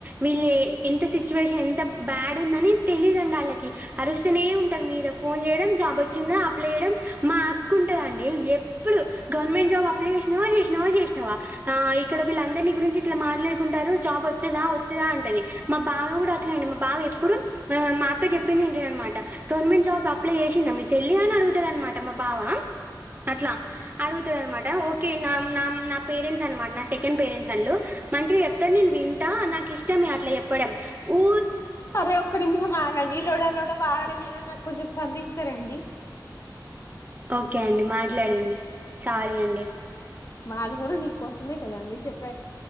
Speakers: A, on the right (about 25°); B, on the left (about 40°).
A: వీళ్ళ ఎంత సిచ్యువేషన్ ఎంత బ్యాడ్ ఉందని తెలీదండి వాళ్ళకి అరుస్తనే ఉంటారు మీద ఫోన్ చేయడం జాబ్ వచ్చిందా అప్లై చేయడం మా హక్కు ఉంటందండి ఎప్పుడు గవర్నమెంట్ జాబ్ అప్లై చేసినావా చేసినావాో చేసినావా ఇక్కడ వీళ్ళ అందరినీ గురించి ఇట్లా మాట్లాడుకుంటారు జాబ్ వస్తుందా వస్తుందా అంటది మా బావ కూడా అట్లా అండి మా బావ ఎప్పుడు మా అక్క చెప్పింది ఏంట అనమాట గవర్నమెంట్ జాబ్ అప్లై చేసిందా మీ చెల్లి అని అడుగుతాడు అనమాట మా బావ అట్లా అడుగుతాడు అనమాట ఓకే నా పేరెంట్స్ అనమాట సెకండ్ పేరెంట్స్ అలు మంచిగా చెప్తారు నేను వింటా నాకు ఇష్టమే అట్లా చెప్పడం ఊ
B: అరే ఒక నిమిష మాగాడి లోడ లోడ వాగ నాకు చధస్తారంండి
A: ఓకే అండి మాట్లాడండి సారీ అండి
B: వాళ్ళు కూడా నీకోసమే కదాండి చెప్ప